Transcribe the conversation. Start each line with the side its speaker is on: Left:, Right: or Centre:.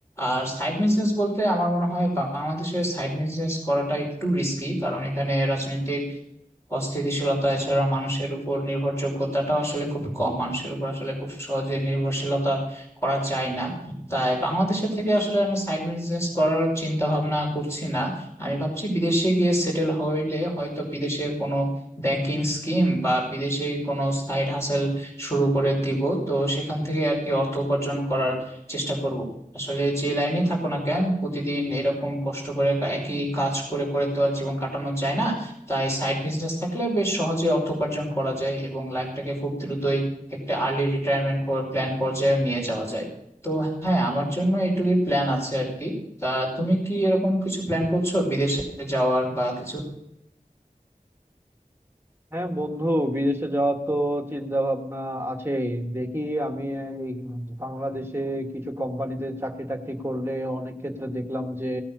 Left: আর সাইড বিজনেস বলতে আমার মনে হয় বাংলাদেশে সাইড বিজনেস করাটা একটু রিস্কি কারণ এখানে রাজনৈতিক অস্থিতিশীলতা এছাড়া মানুষের উপর নির্ভরযোগ্যতাটাও আসলে খুব কম মানুষের উপর আসলে খুব সহজে নির্ভরশীলতা করা যায় না তাই বাংলাদেশে থেকে আসলে আমি সাইড বিজনেস করার চিন্তা ভাবনা করছি না আমি ভাবছি বিদেশে গিয়ে সেটেল হইলে হয়তো বিদেশের কোনো ব্যাংকিং স্কিম বা বিদেশে কোনো সাইড হাসেল শুরু করে দিব তো সেখান থেকে আর কি অর্থ উপার্জন করার চেষ্টা করব আসলে যে লাইনে থাকো না কেন প্রতিদিন এরকম কষ্ট করে একই কাজ করে করে তো আর জীবন কাটানো যায় না তাই সাইড বিজনেস থাকলে বেশ সহজে অর্থ উপার্জন করা যায় এবং লাইফটাকে খুব দ্রুতই একটা আর্লি রিটায়ারমেন্ট প্ল্যান পর্যায়ে নিয়ে যাওয়া যায় তো হ্যাঁ আমার জন্য এটুকুই প্ল্যান আছে আর কি তা তুমি কি এরকম কিছু প্ল্যান করছো বিদেশে যাওয়ার বা কিছু
Right: হ্যাঁ বন্ধু বিদেশে যাওয়ার তো চিন্তা ভাবনা আছেই দেখি আমি এই বাংলাদেশে কিছু কোম্পানিতে চাকরি টাকরি করলে অনেক ক্ষেত্রে দেখলাম যে